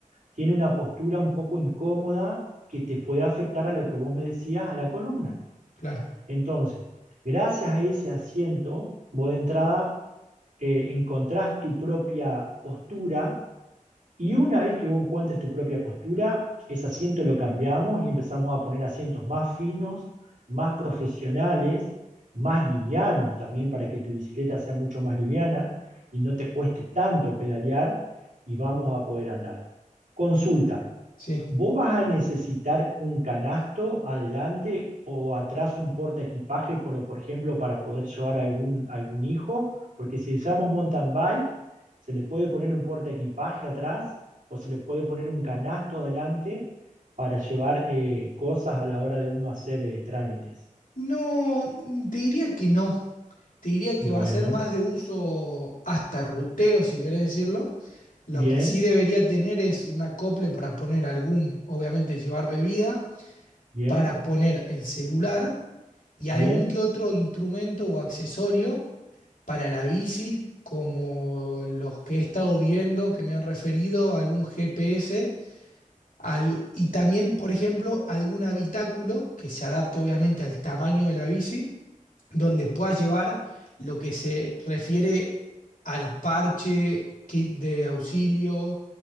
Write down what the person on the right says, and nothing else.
tiene una postura un poco incómoda que te puede afectar a lo que vos me decías, a la columna.
Entonces, gracias a ese asiento, vos de entrada eh, encontrás tu propia postura y una vez que vos encuentres tu propia postura, ese asiento lo cambiamos y empezamos a poner asientos más finos, más profesionales, más livianos también para que tu bicicleta sea mucho más liviana y no te cueste tanto pedalear y vamos a poder andar. Consulta,
Vos vas a necesitar un canasto adelante o atrás un porta equipaje, por, por ejemplo, para poder llevar algún, algún hijo, porque si usamos mountain bike, se le puede poner un porta equipaje atrás o se le puede poner un canasto adelante para llevar eh, cosas a la hora de uno hacer eh, trámites.
Bueno,
bien,
bien,
bien.